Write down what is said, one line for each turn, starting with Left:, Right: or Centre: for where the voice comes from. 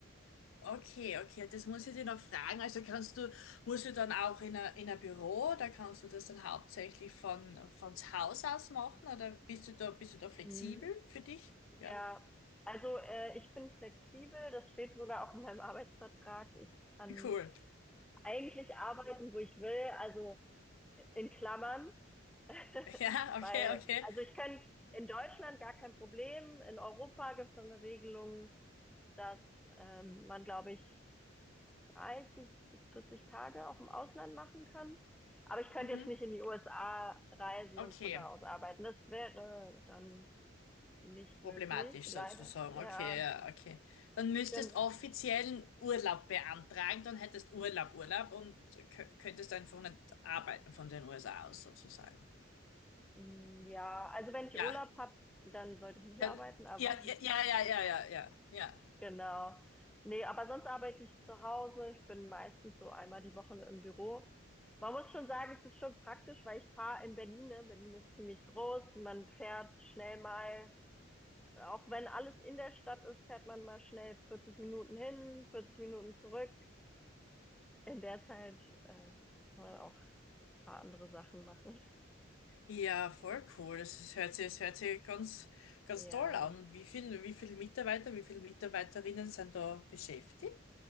Left: okay, okay, das muss ich dir noch fragen. Also kannst du, musst du dann auch in ein in ein Büro, da kannst du das dann hauptsächlich von, von zu Hause aus machen oder bist du da, bist du da flexibel
Centre: Mhm.
Left: für dich? Ja,
Centre: Ja, also äh, ich bin flexibel, das steht sogar auch in meinem Arbeitsvertrag. Ich kann
Left: cool. <laughs>
Centre: eigentlich arbeiten, wo ich will, also in Klammern <laughs>
Left: Ja, okay,
Centre: Weil,
Left: okay,
Centre: also ich könnte in Deutschland gar kein Problem. In Europa gibt es so eine Regelung, dass ähm, man, glaube ich, 30 bis 40 Tage auch im Ausland machen kann. Aber ich könnte
Left: mhm,
Centre: jetzt nicht in die USA reisen
Left: okay.
Centre: und von da aus arbeiten. Das wäre dann nicht möglich,
Left: Problematisch
Centre: leider.
Left: sozusagen.
Centre: Ja,
Left: Okay, ja, okay. Dann müsstest
Centre: gen-
Left: offiziellen Urlaub beantragen, dann hättest Urlaub, Urlaub und kö- könntest einfach nicht arbeiten von den USA aus sozusagen.
Centre: ja, also wenn ich
Left: Ja,
Centre: Urlaub habe, dann sollte ich nicht
Left: dann,
Centre: arbeiten, aber
Left: ja, ja, ja, ja, ja, ja, ja. Ja,
Centre: Genau. Nee, aber sonst arbeite ich zu Hause. Ich bin meistens so einmal die Woche im Büro. Man muss schon sagen, es ist schon praktisch, weil ich fahre in Berlin. Ne? Berlin ist ziemlich groß. Man fährt schnell mal, auch wenn alles in der Stadt ist, fährt man mal schnell 40 Minuten hin, 40 Minuten zurück. In der Zeit äh, kann man auch ein paar andere Sachen machen.
Left: Ja, voll cool. Das ist- hört sich, das hört sich ganz, ganz
Centre: Ja.
Left: toll an. Und wie viel, wie viel Mitarbeiter, wie viele Mitarbeiterinnen sind da beschäftigt?